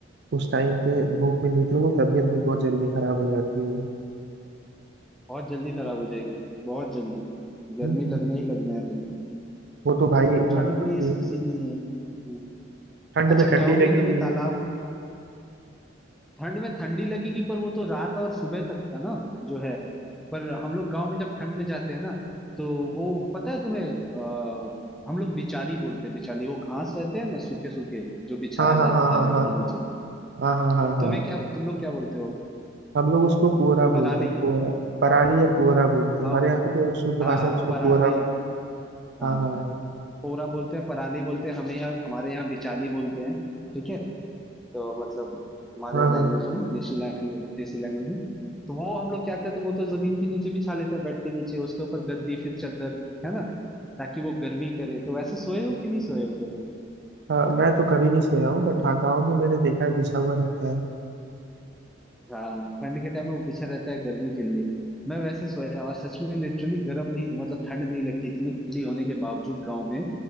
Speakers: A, on the right (about 55°); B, in the centre.
A: उस टाइम पे धूप में निकलो तो तबीयत भी बहुत जल्दी खराब हो जाती है
B: बहुत जल्दी खराब हो जाएगी बहुत जल्दी
A: हम्म,
B: गर्मी
A: हम्म।
B: लगना ही लगना है तुम्हें
A: वो तो भाई
B: पर
A: अ,
B: ठंड में
A: अभी
B: ये सब सीन नहीं है हम्म।
A: ठंड
B: अच्छा
A: में ठंडी
B: गांव में
A: लगेगी
B: कभी तालाब में ठंड में ठंडी लगेगी पर वो तो रात और सुबह तक का ना जो है पर हम लोग गांव में जब ठंड में जाते हैं ना तो वो पता है तुम्हें आ, हम लोग बिचाली बोलते हैं बिचाली वो घास रहते हैं ना सूखे सूखे जो बिछाया
A: हाँ हाँ
B: जाता
A: हाँ हाँ
B: है बेड
A: हाँ
B: के नीचे
A: हाँ हाँ हाँ हाँ
B: तुम्हें क्या तुम लोग क्या बोलते हो
A: हम लोग उसको पुअरा
B: पराली
A: बोलते हैं पुअरा पराली या पुअरा बोलते हैं
B: हाँ
A: हमारे
B: वो-
A: यहाँ पे तो शुद्ध भाषा
B: हाँ
A: में उसको
B: पराली
A: पुअरा हाँ
B: हाँ
A: हाँ
B: पोरा बोलते हैं पराली बोलते हैं हमें यहाँ हमारे यहाँ बिचाली बोलते हैं ठीक है तो मतलब हमारे
A: हाँ
B: लैंग्वेज
A: हाँ
B: में देसी लैंग्वेज देसी लैंग्वेज में तो वो हम लोग क्या करते हैं वो तो जमीन के नीचे बिछा लेते हैं बेड के नीचे उसके ऊपर गद्दी फिर चादर है ना ताकि वो गर्मी करे तो वैसे सोए हो कि नहीं सोए हो कभी
A: हाँ मैं तो कभी नहीं सोया हूँ बट हाँ गाँव में मैंने देखा है बिछा हुआ रहता है
B: हाँ ठंड के टाइम में वो पीछे रहता है गर्मी के लिए मैं वैसे सोया और सच में लिटरली गर्म नहीं मतलब ठंड नहीं लगती इतनी ठंडी होने के बावजूद गाँव में